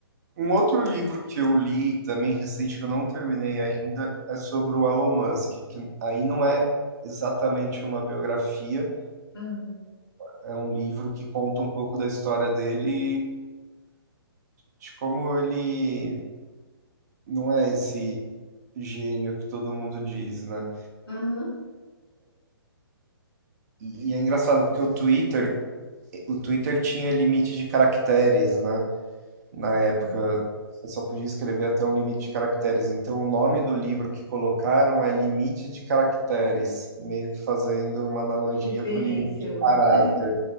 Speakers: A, on the right; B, on the left.
A: Um outro livro que eu li também recente, que eu não terminei ainda, é sobre o Elon Musk, que aí não é exatamente uma biografia,
B: Hum.
A: é um livro que conta um pouco da história dele, de como ele não é esse gênio que todo mundo diz, né?
B: Aham.
A: E, e é engraçado porque o Twitter, o Twitter tinha limite de caracteres, né? Na época,
B: Ah,
A: você só podia escrever até um limite de caracteres. Então, o nome do livro que colocaram é Limite de Caracteres, meio que fazendo uma analogia
B: Referência
A: com o limite de
B: outra.
A: caráter,